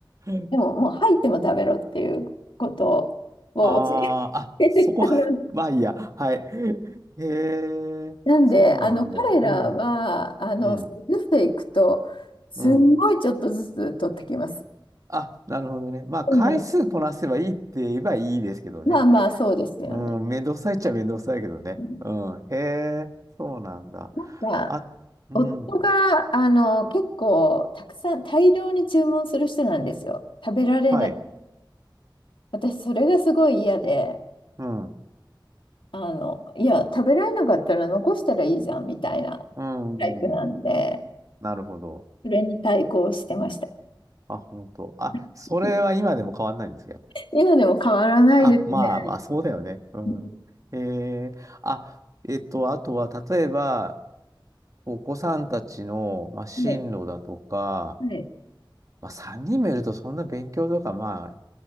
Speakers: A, on the right (about 40°); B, on the left (about 85°).
A: ん。
B: でももう入っても食べろっていうことを教
A: あーあ、
B: えてきたの。
A: そこ
B: <laughs>
A: <laughs> まあいいや。はい。へえ、
B: なんで、
A: そうなんだ。
B: あの彼らは、
A: うん。
B: あの、
A: うん。
B: ずつていくと、すんごいちょっとずつ取ってきます。
A: うん。あ、なるほどね。まあ、
B: うん
A: 回数こなせばいいって言えばいいですけどね。
B: まあまあ、そうですよね。
A: うん、めんどくさいっちゃめんどくさいけどね。
B: うん
A: うん。へえ、そうなんだ。
B: なんか、
A: あ、うん。
B: 夫が、あの、結構、たくさん、大量に注文する人なんですよ。食べられない
A: はい。
B: 私、それがすごい嫌で、
A: うん。
B: あの、いや、食べられなかったら残したらいいじゃんみたいな
A: うん。
B: タイプなんで、
A: なるほど。
B: それに対抗してました。
A: あ、本当。あ、
B: <laughs>
A: それは今でも変わんないんですか
B: 今でも変わらないですね。
A: あ、まあまあ、そうだよね。うん。
B: うん
A: えー、あ、えっと、あとは、例えば、お子さんたちの、まあ、進路だとか、
B: はい、はい、
A: まあ、3人もいると、そんな勉強とか、ま